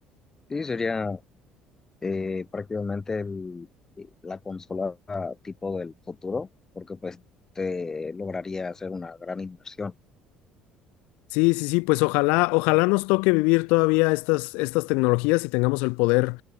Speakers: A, on the left; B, on the left.
A: Sí, sería eh, prácticamente el- eh, la consola tipo del futuro, porque pues te lograría hacer una gran inversión.
B: Sí, sí, sí, pues ojalá, ojalá nos toque vivir todavía estas, estas tecnologías y tengamos el poder